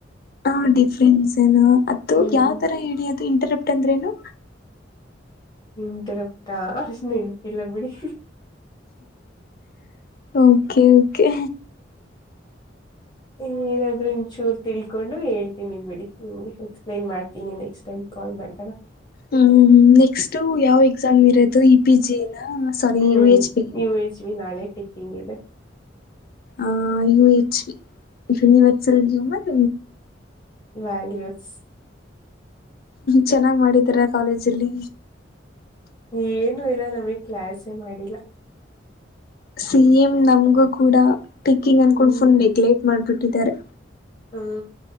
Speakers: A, on the left; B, on the left.
A: ಹ ಡಿಫ್ರೆನ್ಸ್ ಏ ಅ
B: ಹ್ಮ್
A: ಯಾವ್ ತರ ಹೇಳಿ ಅದು ಇಂಟರಾಪ್ ಅಂದ್ರೇನು
B: ಇಂಟರಾಪ್ ನೆನಪು ಇಲ್ಲ ಬಿಡಿ
A: ಓಕೆ ಓಕೆ
B: ಏನ್ ಏನಾದ್ರು ಇಂಚೂರು ತಿಳ್ಕೊಂಡು ಹೇಳ್ತೀನಿ ಬಿಡಿ ನಿಮ್ಗೆ ಎಕ್ಸ್ಪ್ಲೇನ್ ಮಾಡ್ತೀನಿ ನೆಕ್ಸ್ಟ್ ಟೈಮ್ ಕಲ್ ಮಾಡಸ
A: ಹ್ಮ್ ನೆಕ್ಸ್ಟ್ ಯಾವ್ ಎಕ್ಸಾಮ್ ಇರೋದು ಇ ಪಿ ಜಿ ನ sorry
B: hmm
A: you H P
B: ನೀೂ ಎಚ್ವಿ ನಾಳೆ ಟಿಕ್ಕಿಂಗ್ ಇದೆ
A: ಆ ಯ ಎಚ್ ಯನಿವರ್ಸಲ್ ಗ್ಯೂಮರ್
B: ವಲ್ಯೂಸ್
A: ಚೆನ್ನಾಗ್ ಮಾಡಿದಾರ ಕಾಲೇಜಲ್ಲಿ
B: ಏನು ಇಲ್ಲ ನಮಗ್ ಕ್ಲಾಸೆ ಮಾಡಿಲ್ಲ
A: ಸೇಮ್ ನಮಗು ಕೂಡ ಟಿಕ್ಕಿಂಗ್ ಅನ್ಕೊಂಡ್
B: ಹ್ಮ್
A: ಫುಲ್ ನೆಗ್ಲೆಕ್ಟ್ ಮಾಡ್ಬಿಟ್ಟಿದ್ದಾರೆ
B: ಹ್ಮ